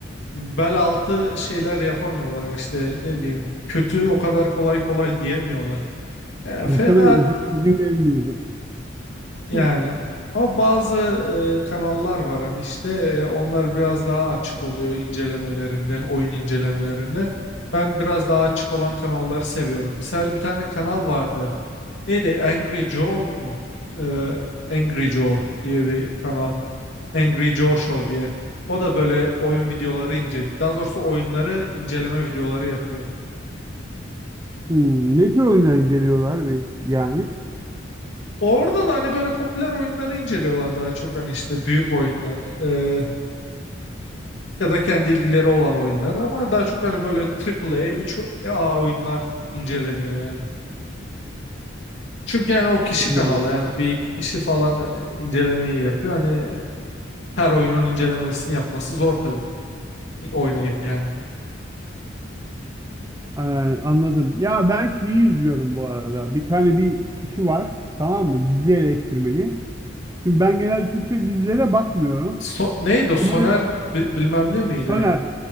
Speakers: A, on the left; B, on the right.
A: bel altı şeyler yapamıyorlar hani işte ne bileyim kötü o kadar kolay kolay diyemiyorlar. E,
B: Muhtemelen
A: fena
B: izin, izin verilmiyordur.
A: yani.
B: <laughs>
A: Ama bazı e, kanallar var hani işte e, onlar biraz daha açık oluyor incelemelerinde, oyun incelemelerinde. Ben biraz daha açık olan kanalları seviyorum. Misal bir tane kanal vardı. Neydi? Angry Joe mu? Ee, Angry Joe diye bir kanal. Angry Joe Show diye. O da böyle oyun videoları ince, daha doğrusu oyunları inceleme videoları yapıyor.
B: Hmm, ne tür oyunlar inceliyorlar ve yani?
A: Orada da hani böyle popüler oyunları inceliyorlar daha çok hani işte büyük oyunlar e, ya da kendi ilgileri olan oyunlar ama daha çok hani böyle AAA, 3A oyunlar inceleniyor yani. Çünkü yani o kişi
B: Hmm,
A: kanalı yani bir iki kişi falan hani incelemeyi yapıyor. Hani her oyunun incelemesini yapması zor tabii oynayıp yani.
B: ee, anladım. Ya ben şeyi izliyorum bu arada. Bir tane bir kişi var, tamam mı? Dizi eleştirmeni. Şimdi ben genelde Türkçe dizilere bakmıyorum.
A: So- neydi o? Soner
B: Ama
A: bi- bilmem ne miydi?
B: Soner,